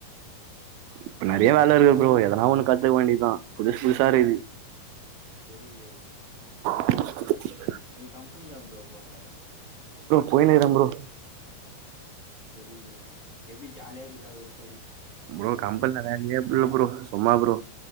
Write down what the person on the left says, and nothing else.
செரி ப்ரோ
நீ கம்பெனிக்கா ப்ரோ போற
சரி ப்ரோ எப்டி ஜாலியாக்குதா வெறுப்